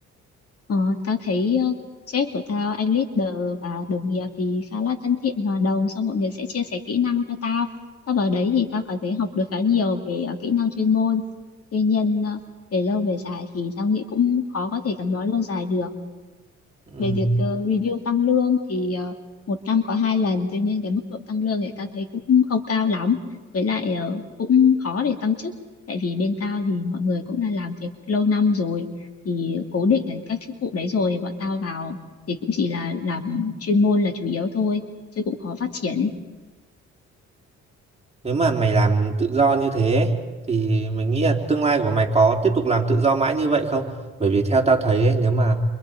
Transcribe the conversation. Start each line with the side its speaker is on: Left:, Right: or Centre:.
Left: Ờ, tao thấy ờ, sếp của tao, anh leader và đồng nghiệp thì khá là thân thiện hòa đồng, xong mọi người sẽ chia sẻ kỹ năng cho tao. Tao vào đấy thì tao cảm thấy học được khá nhiều về ờ, kỹ năng chuyên môn. Tuy nhiên ờ, về lâu về dài thì tao nghĩ cũng khó có thể gắn bó lâu dài được
Right: Ừ.
Left: về việc ờ, review tăng lương thì ờ, một năm có hai lần tuy nhiên cái mức độ tăng lương thì ta thấy cũng không cao lắm với lại ờ, cũng khó để tăng chức tại vì bên tao thì mọi người cũng là làm việc lâu năm rồi thì cố định ở các chức vụ đấy rồi thì bọn tao vào thì cũng chỉ là làm chuyên môn là chủ yếu thôi chứ cũng khó phát triển ấy
Right: Nếu mà mày làm tự do như thế ấy, thì mình nghĩ là tương lai của mày có tiếp tục làm tự do mãi như vậy không? Bởi vì theo tao thấy ấy, nếu mà